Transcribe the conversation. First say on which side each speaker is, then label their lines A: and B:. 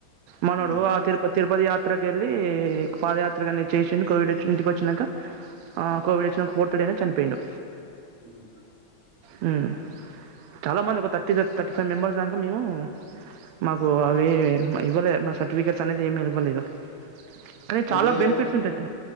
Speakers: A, on the right; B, on the right.
A: మనోడు
B: హ్మ్.
A: ఆ తిరుపతి తిరుపతి యా యాత్రకు యెళ్ళి పాదయాత్ర గాని చేసిండు కోవిడ్ వచ్చి ఇంటికి వచ్చిన్నాక ఆ
B: హ్మ్.
A: కోవిడ్ వచ్చిన్నాక ఫోర్త్ డే నే చనిపి పేండు
B: హ్మ్ హు
A: హ్మ్ చాలా మంది ఒక థర్టీ థర్టీ ఫైవ్ మెంబర్స్ దాంకా మేము మాకు అవి ఇవ్వలే మా సర్టిఫికేట్స్ అనేది ఏమి ఇవ్వలేదు. అరే
B: అయితే
A: చాలా బెనిఫిట్స్ ఉంటది.